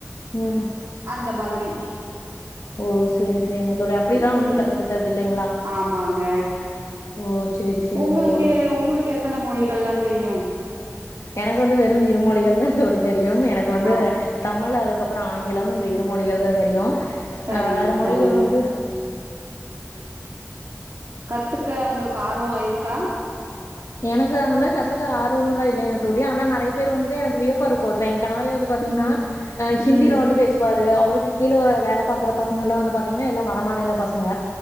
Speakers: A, on the left; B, on the right.
A: ம்
B: அந்த மாதிரி
A: ஓ செரி செரிங்க தோழி அப்பிடிதா
B: ம்
A: வந்து கத்துக்கிட்டது இல்லைங்களா
B: ஆமாங்க
A: ஓ சேரி சேரிங்க
B: உங்களுக்கு
A: தோழி
B: உங்களுக்கு எத்தன மொழிகள்லாந் தெரியு?
A: எனக்கு வந்து வெறு இரு மொழிகள்தா தோழி தெரியு ம் எனக்கு வந்து
B: ஆ
A: தமிழ் அதுக்கப்புறோ ஆங் கிலம் இந்த இரு மொழிகள்தா தெரியு
B: சரிங்க
A: ஆ வேற மொழிகள்
B: சரிங்க
A: வந்து <inaudible>
B: கத்துக்க ஒங்களுக்கு ஆர்வோ இருக்கா
A: எனக்கு அந்த மாரி கத்துக்க ஆர்வம் எல்லாம் இல்லைங்க தோழி ஆனா நெறய பேர் வந்துட்டு எனக்கு வியப்பா இருக்கு எ கணவரே வந்து பாத்தீங்கனா
B: ம்
A: ஆ ஹிந்தியில
B: ம்
A: வந்து பேசுவாரு அவருக்கு கீழ வேல பாக்குற பசங்களலா வந்து பாத்திங்கனா எல்லா வடமாநில பசங்க